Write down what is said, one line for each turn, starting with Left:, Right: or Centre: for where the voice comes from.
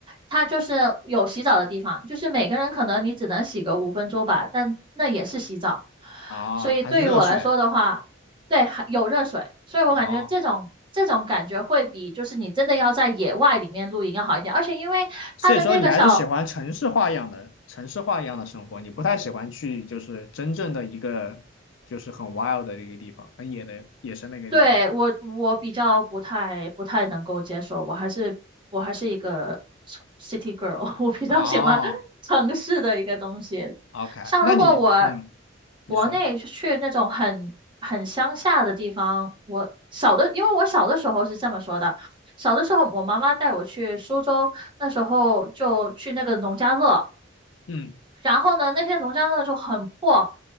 Right: 它就是有洗澡的地方，就是每个人可能你只能洗个五分钟吧，但那也是洗澡。
Left: 啊，
Right: 所以对于我来说的话，
Left: 还是热水
Right: 对，还有热水，所以我感觉这种这种感觉会比就是你真的要在野外里面露营要好一点，
Left: 啊，
Right: 而且因为它的那个小
Left: 所以说你还是喜欢城市化一样的城市化一样的生活，你不太喜欢去就是真正的一个就是很 wild 的一个地方，很野的野生的一个地方。
Right: 对，我我比较不太不太能够接受，我还是我还是一个城 city girl，<laughs> 我比较喜欢
Left: 哦
Right: <laughs> 城市的一个东西。
Left: ，OK，
Right: 像如果我
Left: 那你嗯，你说
Right: 国内去那种很很乡下的地方，我小的，因为我小的时候是这么说的，小的时候我妈妈带我去苏州，那时候就去那个农家乐。
Left: 嗯
Right: 然后呢，那篇农家乐就很破，